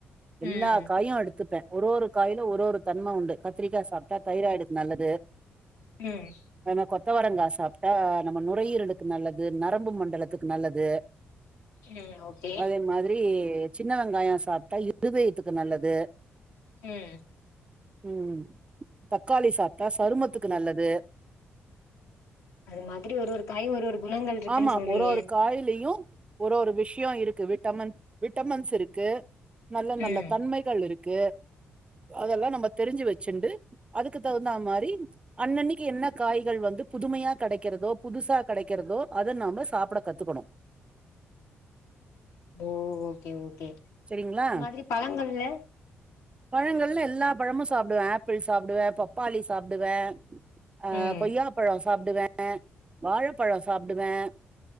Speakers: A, on the right; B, on the left.
A: எல்லா
B: ம்
A: காயும் எடுத்துப்பே ஒரு ஒரு காயில ஒரு ஒரு தன்ம உண்டு கத்திரிக்கா சாப்ட்டா தைராய்டுக்கு நல்லது
B: ம்
A: ஆனா கொத்தவரங்கா சாப்ட்டா நம்ம நுரையீரலுக்கு நல்லது நரம்பு மண்டலத்துக்கு நல்லது
B: ம் ஓகே
A: அதே மாதிரி சின்ன வெங்காயோ சாப்டா இருதயத்துக்கு நல்லது
B: ம்
A: ம் தக்காளி சாப்டா சருமத்துக்கு நல்லது
B: அது மாதிரி ஒரு ஒரு காயு ஒரு ஒரு குணங்கள் இருக்குன்னு
A: ஆமா
B: சொல்றீங்க
A: ஒரு ஒரு காயிலயு ஒரு ஒரு விஷயோ இருக்கு விட்டமின் விட்டமின்ஸ் இருக்கு நல்ல நல்ல
B: ம்
A: தன்மைகள் இருக் கு அதெல்லாம் நம்ம தெரிஞ்சு வச்சுண்ட்டு அதுக்கு தகுந்தா மாரி அன்னனைக்கி என்ன காய்கள் வந்து புதுமையா கெடைக்கிறதோ புதுசா கெடைக்கிறதோ அத நாம சாப்பட கத்துக்கணு
B: ஓ ஓகே ஓகே
A: செரிங்களா
B: அது மாதிரி பழங்கள்ல
A: பழங்கள்ல எல்லா பழமு சாப்டுவே ஆப்பிள் சாப்டுவே பப்பாளி சாப்டுவே அ
B: ம்
A: கொய்யாப்பழோ சாப்டுவே வாழைப்பழோ சாப்டுவே